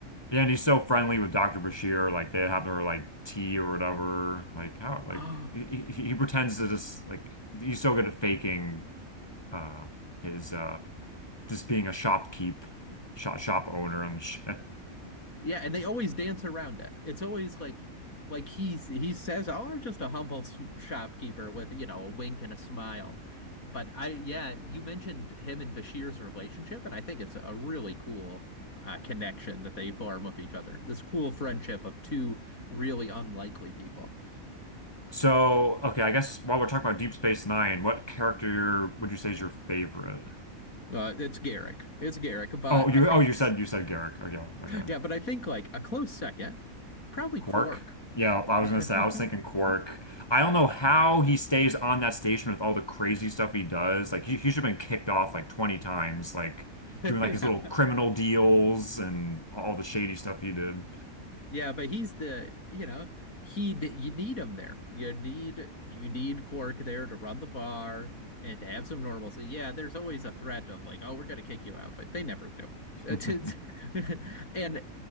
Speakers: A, on the left; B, on the left.
A: Yeah, and he's so friendly with Dr. Bashir. Like they have their like tea or whatever. Like how like
B: Oh.
A: he, he he pretends to just like he's so good at faking uh his uh just being a shopkeep, shop shop owner and shit.
B: Yeah, and they always dance around it. It's always like like he's he says, "Oh, I'm just a humble s- shopkeeper with, you know, a wink and a smile." But I yeah, you mentioned him and Bashir's relationship, and I think it's a really cool uh, connection that they form with each other. This cool friendship of two really unlikely people.
A: So, okay, I guess while we're talking about Deep Space Nine, what character would you say is your favorite?
B: Uh, it's Garrick. It's Garrick, but
A: Oh, you
B: I think
A: oh you
B: s-
A: said you said Garrick. Okay, okay.
B: yeah, but I think like a close second, probably
A: Quark?
B: Quark.
A: Yeah,
B: <laughs>
A: I was gonna say I was thinking Quark. I don't know how he stays on that station with all the crazy stuff he does. Like he, he should have been kicked off like 20 times, like
B: Yeah.
A: doing like his little criminal deals and all the shady stuff he did.
B: Yeah, but he's the, you know, he d- you need him there. You need you need Cork there to run the bar and to have some normalcy. Yeah, there's always a threat of like, oh, we're gonna kick you out, but they never do. It's,
A: <laughs>
B: it's <laughs> and uh,